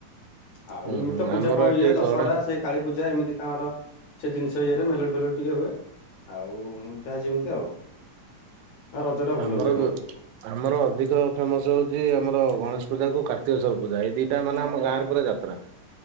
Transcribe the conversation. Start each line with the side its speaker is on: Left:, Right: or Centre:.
Left: ଆଉ
Right: ହୁଁ
Left: ଏମିତିତ
Right: ହୁଁ
Left: ପୂଜା
Right: ଆମର
Left: ପାଳ
Right: ଏଠି
Left: ଇଏ ଦଶହରା
Right: ଗଣ
Left: ସେଇ କାଳୀପୂଜା ଏମିତି ତାଙ୍କର ସେ ଜିନିଷ ଇଏରେ ମେଲୋଡ଼ି ଫେଲୋଡ଼ି ଟିକେ ହୁଏ। ଆଉ ଯାହା ଯେମିତି ଆଉ। ଆଉ ରଜ ଟା ଭଲ
Right: ଆମର
Left: ହୁଏ
Right: ବ
Left: ଏପଟେ।
Right: ଆମର ଅଧିକ ଫେମସ୍ ହଉଚି ଆମର ଗଣେଶ ପୂଜାକୁ କାର୍ତ୍ତିକେଶ୍ୱର ପୂଜା ଏଇ ଦିଟା ମାନେ ଆମ ଗାଁରେ ପୁରା ଯାତ୍ରା।